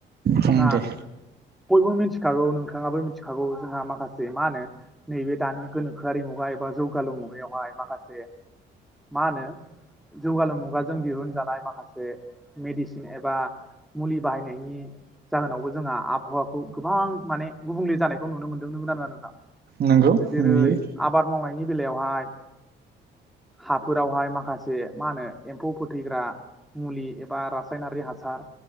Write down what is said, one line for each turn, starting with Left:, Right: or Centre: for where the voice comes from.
Right: बुं
Centre: जोंहा
Right: दे।
Centre: बयबो मिथिखागौ नोंथाङाबो मिथिखागौ जोंहा माखासे मा होनो नैबे दानि गोनोखोआरि मुगा एबा जौगालु मुगायावहाय माखासे मा होनो जौगालु मुगाजों दिहुनजानाय माखासे मेडिसिन एबा मुलि बाहायनायनि जाहोनावबो जोंहा आबहावाखौ गोबां माने गुबुंले जानायखौ नुनो मोनदों नंगौनां नङा नोंथां।
Right: नंगौ
Centre: जेरै
Right: नुयो
Centre: आबाद मावनायनि बेलायावहाय हाफोरावहाय माखासे से मा होनो एम्फौ फोथैग्रा मुलि एबा रासायनारि हासार